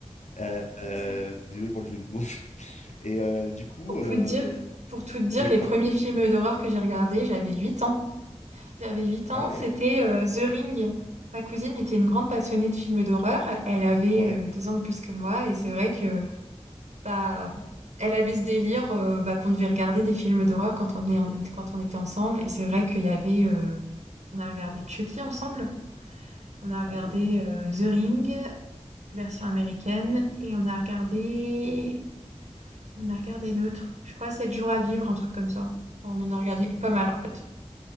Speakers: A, on the left; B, on the right.
A: Euh, euh,
B: C'est ça.
A: désolé pour le jeu de mots. <laughs> Et euh, du coup,
B: Pour
A: euh,
B: tout te dire, pour tout te dire,
A: oui,
B: les
A: pardon.
B: premiers films d'horreur que j'ai regardés, j'avais 8 ans. J'avais 8 ans,
A: Ah ouais,
B: c'était euh, The Ring. Ma cousine était une grande passionnée de films d'horreur. Elle avait
A: ouais,
B: euh, deux ans de plus que moi, et c'est vrai que Bah, elle avait ce délire euh, bah, qu'on devait regarder des films d'horreur quand on est quand on était ensemble. Et c'est vrai qu'il y avait. euh, on a regardé Chucky ensemble. On a regardé
A: ah oui
B: euh, The Ring, version américaine. Et on a regardé. On a regardé d'autres. Je crois 7 jours à vivre, un truc comme ça. Enfin, on en a regardé pas mal en fait.